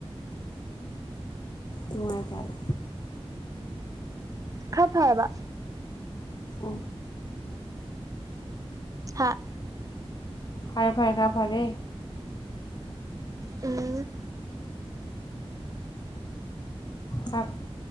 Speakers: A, on the left (about 45°); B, on the right (about 35°).
A: ꯅꯨꯡꯉꯥꯏꯇꯂꯦ
B: ꯈꯔ ꯐꯔꯕ
A: ꯎ
B: ꯍꯥ
A: ꯐꯔꯦ ꯐꯔꯦ ꯈꯥ ꯐꯔꯦ
B: ꯎꯝ
A: ꯀꯞ